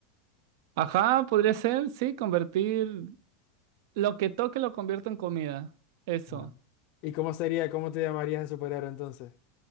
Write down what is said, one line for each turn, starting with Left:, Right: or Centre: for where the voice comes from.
Right: ajá, podría ser, sí, convertir lo que toque lo convierto en comida. Eso.
Left: Ah. ¿Y cómo sería, cómo te llamarías de superhéroe entonces?